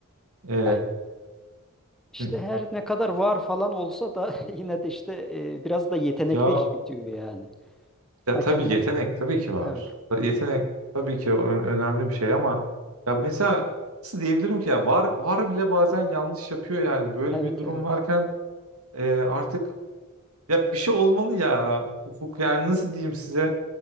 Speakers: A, on the right; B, in the centre.
A: Ee,
B: Ya işte
A: hı.
B: her ne kadar var falan olsa da <laughs> yine de işte e, biraz da yetenekte
A: ya
B: iş bitiyor yani.
A: Ya
B: Hakemlerin
A: tabii yetenek tabii ki var.
B: evet
A: Yetenek tabii ki ö- önemli bir şey ama ya mesela nasıl diyebilirim ki ya var var bile bazen yanlış yapıyor yani. Böyle
B: evet
A: bir durum
B: evet.
A: varken e, artık ya bir şey olmalı ya Ufuk yani nasıl diyeyim size